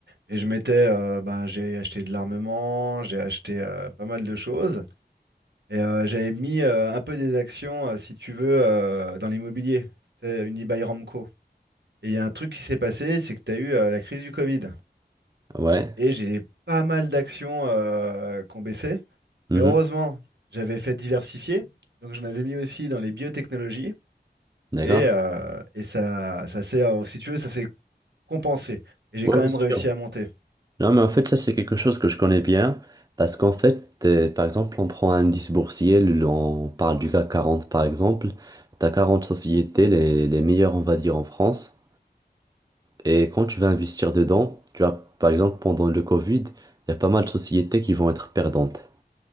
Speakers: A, on the right; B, on the right.
A: et je mettais euh, ben, j'ai acheté de l'armement, j'ai acheté euh, pas mal de choses et euh, j'avais mis euh, un peu des actions euh, si tu veux euh, dans l'immobilier, c'est Unibail Ramco. Et il y a un truc qui s'est passé, c'est que tu as eu euh, la crise du Covid
B: Ouais.
A: et j'ai pas mal d'actions euh, qui ont baissé
B: Mhm.
A: mais heureusement, j'avais fait diversifier donc j'en avais mis aussi dans les biotechnologies
B: D'accord.
A: Et, euh, et ça, ça s'est, euh, si tu veux, ça s'est compensé. Et j'ai
B: Ouais,
A: quand même
B: c'est
A: réussi
B: sûr.
A: à monter.
B: Non, mais en fait, ça, c'est quelque chose que je connais bien. Parce qu'en fait, euh, par exemple, on prend un indice boursier, le- on parle du CAC 40, par exemple. T'as 40 sociétés, les, les meilleures, on va dire, en France. Et quand tu vas investir dedans, tu as, par exemple, pendant le Covid, il y a pas mal de sociétés qui vont être perdantes.